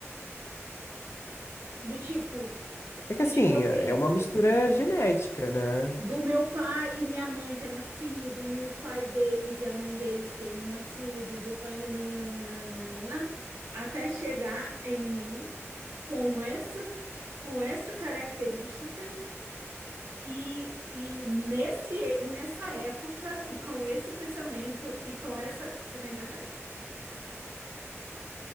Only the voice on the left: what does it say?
É
que assim,
é uma mistura genética, né?